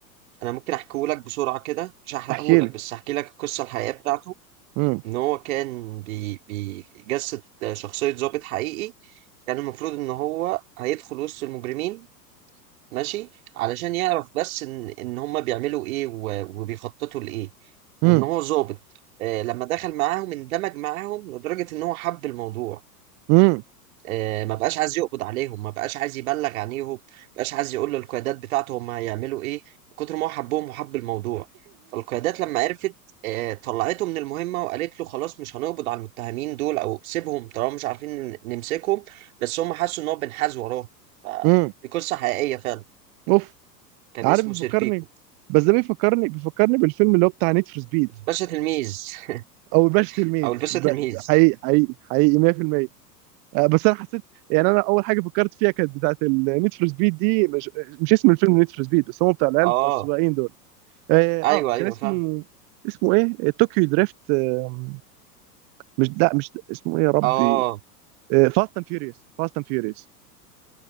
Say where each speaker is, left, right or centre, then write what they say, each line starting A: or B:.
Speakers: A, on the right; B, on the right.
A: أنا ممكن أحكيه لك بسرعة كده مش هحرقه
B: احكي
A: لك
B: لي
A: بس أحكي لك القصة الحقيقية بتاعته
B: امم
A: إن هو كان بي- بيجسد آه، شخصية ضابط حقيقي كان المفروض إن هو هيدخل وسط المجرمين ماشي علشان يعرف بس إن إن هما بيعملوا إيه و- وبيخططوا لإيه وإن
B: امم
A: هو ظابط آه، لما دخل معاهم اندمج معاهم لدرجة إن هو حب الموضوع
B: امم
A: آه، ما بقاش عايز يقبض عليهم ما بقاش عايز يبلغ عنيهم ما بقاش عايز يقول للقيادات بتاعته هم هيعملوا ايه من كتر ما هو حبهم وحب الموضوع فالقيادات لما عرفت آه، طلعته من المهمة وقالت له خلاص مش هنقبض على المتهمين دول او سيبهم طالما مش عارفين ن- نمسكهم بس هم حسوا ان هو بنحاز وراهم فدي
B: <laughs>
A: قصة حقيقية فعلا
B: اوف
A: كان
B: عارف
A: اسمه
B: بيفكرني
A: سيربيكو
B: بس ده بيفكرني بيفكرني بالفيلم اللي هو بتاع نيد فور سبيد
A: الباشا تلميذ
B: او الباشا
A: <laughs>
B: تلميذ
A: او الباشا
B: ب-
A: تلميذ
B: حقيقي حقيقي حقيقي 100% آه، بس انا حسيت يعني انا اول حاجه فكرت فيها كانت بتاعت النيد فور سبيد دي مش, مش اسم الفيلم نيد فور سبيد بس هو بتاع العيال
A: اه
B: بتاع السواقين دول اه
A: ايوه
B: آه،
A: ايوه
B: كان اسمه
A: فاهم
B: اسمه ايه طوكيو دريفت آه، مش لا مش اسمه ايه يا ربي
A: اه
B: فاست اند فيوريوس فاست اند فيوريوس